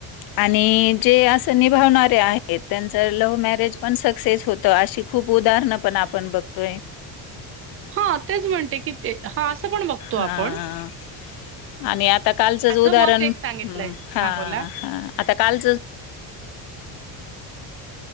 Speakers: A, on the left; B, on the right.
A: आणिऽ जे,, असं निभावणारे आहेत, त्यांचं लव्ह मॅरेज पण सक्सेस होतं,, अशी खूप उदाहरणं पण आपण बघतोऽ तोयऽ
B: हा तेच म्हणते की ते हा पण बघतो आपण
A: हा आणि आता कालचंच
B: माझं
A: उदाहरण
B: मत एक सांगितलंय
A: ह् हा
B: बोला
A: हा आता कालचं